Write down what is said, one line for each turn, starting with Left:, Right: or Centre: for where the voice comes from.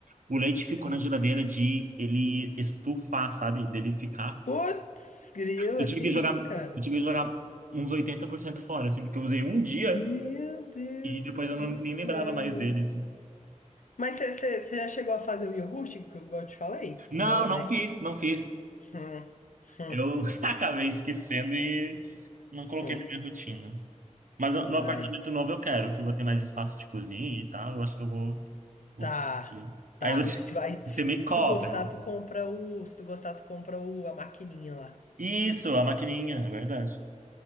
Right: O leite ficou
Left: sim.
Right: na geladeira de ele estufar, sabe? Dele ficar.
Left: Putz, grila,
Right: Eu tive
Left: que
Right: que
Left: isso,
Right: jogar, eu
Left: cara?
Right: tive que jogar uns 80% fora, assim, porque eu usei um dia
Left: Meu Deus
Right: e depois eu
Left: do
Right: não, nem
Left: céu.
Right: lembrava mais dele, assim.
Left: Mas você você- já chegou a fazer o iogurte que eu igual eu te falei?
Right: Não,
Left: Não,
Right: não
Left: né?
Right: fiz, não fiz.
Left: Hum, hum,
Right: Eu <laughs> acabei esquecendo e não coloquei
Left: hum.
Right: na minha rotina. Mas no no
Left: Ai.
Right: apartamento novo eu quero, que eu vou ter mais espaço de cozinha e tal. Eu acho que eu vou. vou-
Left: Tá, tá.
Right: Aí você,
Left: Se vai, se
Right: você me cobra.
Left: tu gostar, tu compra o. Se tu gostar, tu compra o, a maquininha lá.
Right: Isso, a maquininha, é verdade.